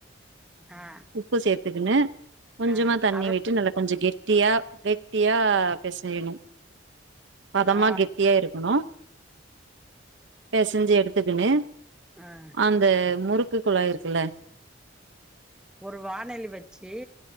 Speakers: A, in the centre; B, on the right.
A: ஆ
B: உப்பு சேத்துக்குனு கொஞ்சமா
A: ஆ
B: தண்ணி
A: அர
B: விட்டு நல்லா கொஞ்ச கெட் டியா கெட்டியா பெசயணு பதமா
A: ஆ
B: கெட்டியா இருக்கணு பெசஞ்சு எடுத்துக்குனு
A: ஆ
B: அந்த முறுக் க்கு குழாய் இருக்குல்ல
A: ஒரு வானலி வச்சி